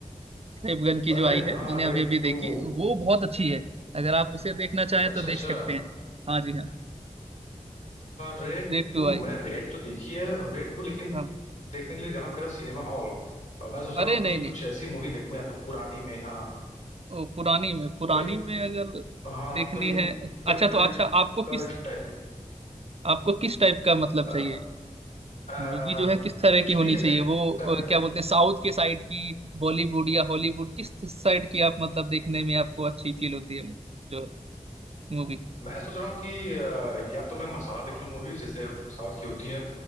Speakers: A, on the right; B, on the left.
A: देवगन की जो
B: अरे
A: आई है
B: हाँ
A: मैंने
B: रेड
A: अभी अभी देखी
B: टू
A: वो बहुत अच्छी है अगर आप उसे देखना चाहें
B: अच्छा
A: तो देख
B: अच्छा
A: सकते हैं हाँ जी हाँ
B: रेड
A: रेड टू
B: टू
A: आई
B: मैंने रेड तो देखी है रेड टू लेकिन
A: हाँ
B: देखने के लिए जाना पड़ेगा सिनेमा हॉल और मैं सोच
A: अरे
B: रहा हूँ
A: नहीं
B: कि
A: नहीं
B: कुछ ऐसी मूवी देखूं या तो पुरानी में हाँ
A: ओ, पुरानी में पुरानी
B: कोई
A: में अगर
B: हाँ
A: देखनी
B: कोई
A: है
B: कोई
A: अच्छा
B: कल्ट
A: तो अच्छा आपको
B: कल्ट
A: किस
B: टाइप के
A: आपको किस टाइप का मतलब
B: अ,
A: चाहिए
B: अ,
A: मूवी जो है किस तरह
B: कुछ
A: की होनी
B: भी जैसे
A: चाहिए वो
B: कल्ट
A: अ, क्या बोलते हैं साउथ के साइड की बॉलीवुड या हॉलीवुड किस साइड की आप मतलब देखने में आपको अच्छी फील होती है मू- जो है मूवी
B: मैं सोच रहा हूँ कि अ, या तो मैं मसाला देख लूँ मूवी जैसे साउथ की होती है